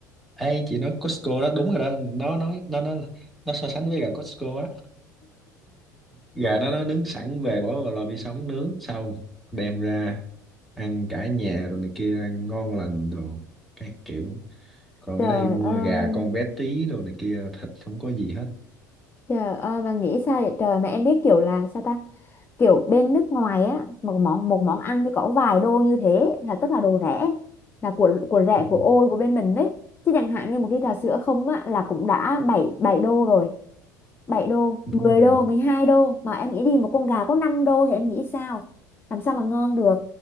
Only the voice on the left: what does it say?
trời
ơi
trời ơi mà nghĩ sao vậy trời mà em biết kiểu là sao ta kiểu bên nước ngoài á một món một món ăn thì có vài đô như thế là tức là đồ rẻ là của của rẻ
của ôi của bên mình đấy chứ chẳng hạn như một ly trà sữa không á là cũng đã 7 7 đô rồi bảy đô,
10
đô, mười hai đô mà em nghĩ đi một con gà có 5 đô thì em nghĩ sao? Làm sao mà ngon được?